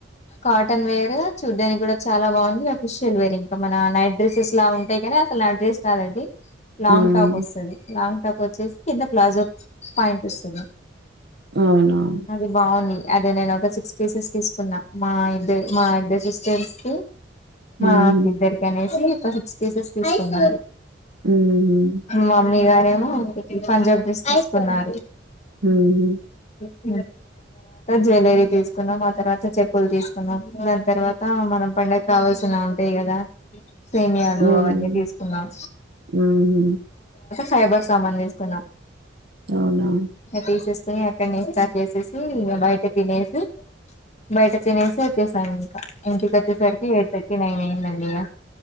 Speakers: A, on the left; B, on the right.
A: కాటన్ వేర్ చూడ్డానికి కూడా చాలా బాగుంది అఫిషియల్ వేర్ ఇంకా మన నైట్ డ్రెస్సెస్ లా ఉంటాయి కాని అసలు నైట్ డ్రెస్ కాదండి లాంగ్
B: హ్మ్.
A: టాప్ వస్తది లాంగ్ టాప్ వచ్చేసి కింద ప్లాజో పాయింట్ వస్తది
B: అవునవును.
A: అది బాగుంది అదే నేను ఒక సిక్స్ పీసెస్ తీసుకున్నా మా ఇద్దరి మా ఇద్ద సిస్ తెరిస్తే
B: హుహు.
A: మాకిద్దరికి అనేసి సిక్స్ పీసెస్ తీసుకున్న
B: హుహు.
A: మమ్మీ కా ఏమో ఒకటి పంజాబ్ డ్రస్ తీసుకున్నారు
B: హుహు.
A: <inaudible> జ్యువలరీ తీసుకున్నాం ఆ తర్వాత చెప్పులు తీసుకున్నాం దాని తర్వాత మనం పండగ కావాల్సిన ఉంటాయి కదా సేమియాలు
B: హ్మ్.
A: అవన్నీ తీసుకున్నాం
B: హుహు.
A: సైబర్ సామాను తీసుకున్నాం
B: అవునవును.
A: తీసెస్ అక్కడిని రీచార్జ్ చేసేసి బయ తె తినేసి బయట తినేసి వచ్చేసాను ఇంకా ఇంటికొచ్చే సరికీ ఎయిట్ థట్టీ నైన్ అయింద అ